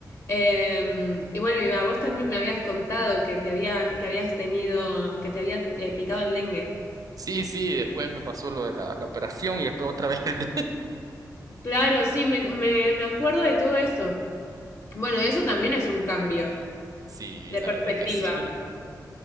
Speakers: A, on the left; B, on the right.
A: Eh, y bueno, Iba, vos también me habías contado que te había, que habías tenido, que te había eh, picado el dengue.
B: Sí, sí, después me pasó lo de la, la operación y después otra vez el de-
A: Claro, sí, me, me, me acuerdo de todo eso. Bueno, eso también es un cambio
B: <laughs> Sí,
A: de
B: la
A: perspectiva.
B: verdad que sí.